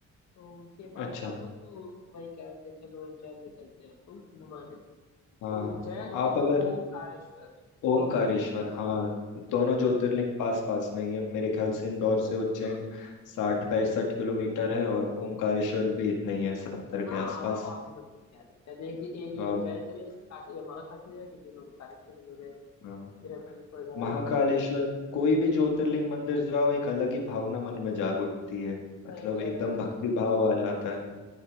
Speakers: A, on the left; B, on the left.
A: तो उनके पास
B: अच्छा
A: जाऊंगा तो वही कह रहे थे चलो उज्जैन में चलते हैं तो घुमाने तो
B: हाँ
A: उज्जैन
B: हाँ आप
A: और
B: अगर
A: ओमकारेश्वर
B: ओमकारेश्वर
A: दोनों जगह
B: हाँ दोनों ज्योतिर्लिंग
A: दोनों जगह
B: पास पास में ही है मेरे ख्याल से इंदौर से उज्जैन
A: हाँ
B: साठ पैंसठ किलोमीटर है और ओमकारेश्वर भी इतना ही है सत्तर के
A: हाँ
B: आसपास
A: और भी तो क्या दिक्कत है एक दिन एक दिन
B: तो
A: उज्जैन
B: आप
A: चले काशी महाकाशी जाएंगे एक दिन ओमकारेश्वर चले जाएंगे
B: हाँ
A: मेरा ट्रिप हो जाएगा
B: महाकालेश्वर कोई भी ज्योतिर्लिंग मंदिर जाओ एक अलग ही भावना मन में जाग उठती है मतलब
A: सही कह
B: एकदम
A: रहे हैं भाई
B: भक्ति भाव आ जाता है